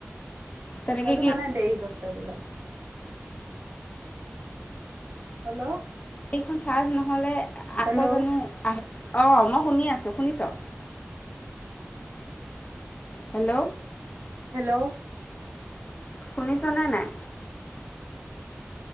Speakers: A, on the left; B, on the right.
A: তেনেকৈ
B: সেইটো
A: কি
B: কাৰণে দেৰি হৈছে বোলে। হেল্ল'।
A: এইখন চাৰ্জ নহ'লে আকৌ
B: হেল্ল'
A: জানো আহি অঁ মই শুনি আছোঁ শুনিছ। হেল্ল'।
B: হেল্ল'।
A: শুনিছানে নাই।